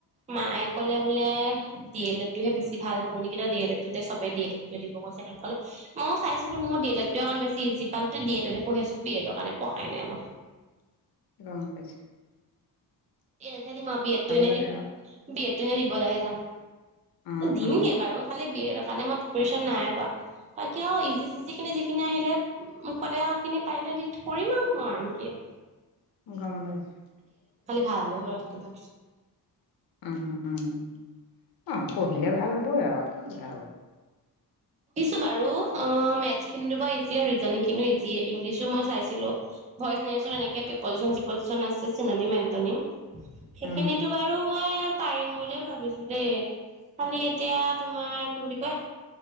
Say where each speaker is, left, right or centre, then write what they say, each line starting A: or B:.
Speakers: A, on the right (about 20°); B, on the left (about 60°).
A: মায়ে ক'লে বোলে ডি এল এডটো বেছি ভাল হব নেকি তাই এল এডবে ডি এল এড দিব কৈছে কলে ময়ো চাইছো ময়ো ডি এল এড কাৰ বেছি ইজি পাম ডি এডে পঢ়ি আছো বি এডৰ কাৰণে পঢ়াই নাই মই
B: গম পাইছো
A: এনেহে দিম আ বিয়েতটো এনেই
B: লাগে
A: দিম
B: আৰু
A: বিয়েতটো এনেই দিব লহে যাম
B: উম
A: দিমগে
B: উম
A: বাৰু খালি বিয়েট সেই কাৰণে মই প্ৰিপ্যেচন নাই কোৱা বাকী আৰু বাকী যিখিনি আহিলে মুখতে অহাখিনি পাৰিলে দি কৰিম আৰু মই আৰু ক
B: গম পাইছো
A: ভাল হলে হল ভাবিছো
B: উম উম অ পঢ়িলে ভাল হবই আৰু কীয় বেয়া হব
A: সুধিছো বাৰু মেথছ খিনি ইজি ৰিজনিং খিনিও ইজিয়ে ইংলিছো মই চাইছিলো ভইচ নিউচৰ এনেকে পিপজিচন চিপজিচন আছে চিন মেটনিম সেইখিনিতো
B: উম
A: বাৰু মই পাৰিম বুলিয়ে ভাবিছো দেই খালি এতিয়া তোমাৰ কি বুলি কয়